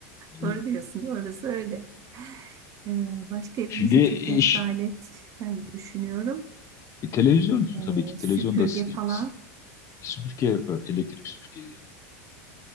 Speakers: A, on the left; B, on the right.
A: evet.
B: Doğru diyorsun. Orası öyle. Ee, başka elimizde
A: Şimdi
B: teknolojik
A: iş,
B: alet ben düşünüyorum.
A: e, televizyon
B: Ee,
A: tabii ki televizyonda
B: süpürge
A: s-
B: falan.
A: s- süpürge e, elektrik süpürgeleri.